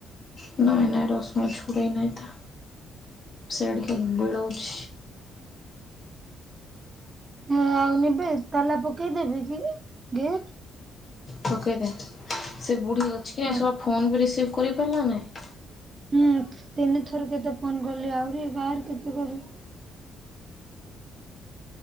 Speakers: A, on the left; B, on the right.
A: ନାଇଁ ରସୁଣ ଛୁଡ଼ାଇନାହିଁ ତ ସିଆଡେ କିଏ ବିଳଉଛି।
B: ନେ ଆଉ ନେବେ ତାଲା ପକେଇଦେବି କି ଗେଟ୍।
A: ପକେଇ ଦେ ସେ ବୁଢୀ ଅଛି କି ନାଇଁ
B: ହଁ
A: ସ ଲା ଫୋନ ବି ରିସିଭ୍ କରି ପାରିଲା ନାହିଁ।
B: ହୁଁ ତିନି ଥର କେତେ ଫୋନ କଲି ଆହୁରି, ବାହାର କେତେ କରିବ।